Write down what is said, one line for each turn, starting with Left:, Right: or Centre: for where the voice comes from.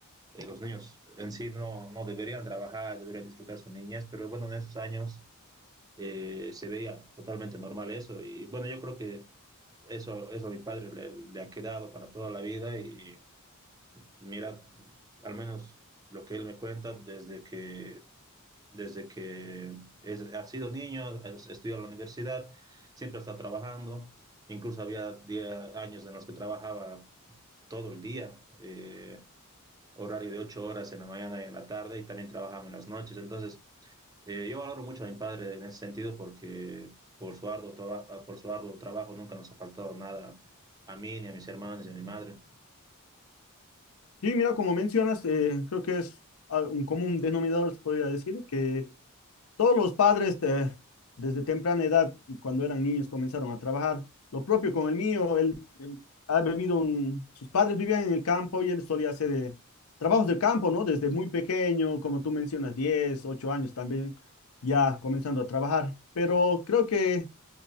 Right: eh, los niños en sí no, no deberían trabajar, deberían disfrutar su niñez, pero bueno, en esos años eh, se veía totalmente normal eso. Y bueno, yo creo que eso, eso a mi padre le, le, ha quedado para toda la vida y mira, al menos lo que él me cuenta desde que, desde que es, ha sido niño, es, estudió en la universidad, siempre está trabajando, incluso había diez años en los que trabajaba todo el día, eh, horario de 8 horas en la mañana y en la tarde y también trabajaba en las noches, entonces eh, yo valoro mucho a mi padre en ese sentido porque por su arduo, traba- por su arduo trabajo nunca nos ha faltado nada a mí, ni a mis hermanos, ni a mi madre.
Left: Sí, mira, como mencionas, eh, creo que es al- un común denominador, se podría decir, que todos los padres eh, desde temprana edad, cuando eran niños, comenzaron a trabajar. Lo propio con el mío, él eh, ha vivido, un- sus padres vivían en el campo y él solía hacer eh, trabajos de campo, ¿no? Desde muy pequeño, como tú mencionas, 10, 8 años también, ya comenzando a trabajar. Pero creo que...